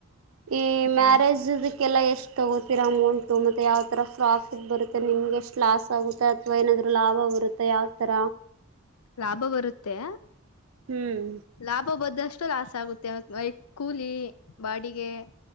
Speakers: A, on the right; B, on the left.
A: ಈ
B: ಹ್ಮ್
A: ಮ್ಯಾರೇಜದಕ್ಕೆಲ್ಲ ಎಷ್ಟು ತಗೋತಿರ ಅಮೌಂಟು ಮತ್ತೆ ಯಾವ ತರ ಪ್ರಾಫಿಟ್ ಬರುತ್ತೆ ನಿಮ್ಗೆ ಎಷ್ಟು ಲಾಸ್ ಆಗುತ್ತೆ ಅಥವಾ ಏನಾದ್ಲಾಭ ಅವೃತ ಯಾವಥರ
B: ಲಾಭ ಬರುತ್ತೆ
A: ಹ್ಮ್
B: ಲಾಭ ಬಂದಷ್ಟ ಎಷ್ಟು ಲಾಸ್ ಆಗುತ್ತೆ ಕೂಲಿ ಬಾಡಿಗೆ